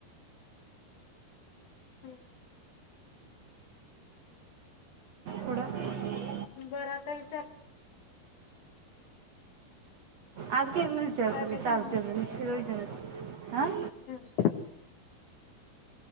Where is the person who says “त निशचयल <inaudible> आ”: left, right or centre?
Right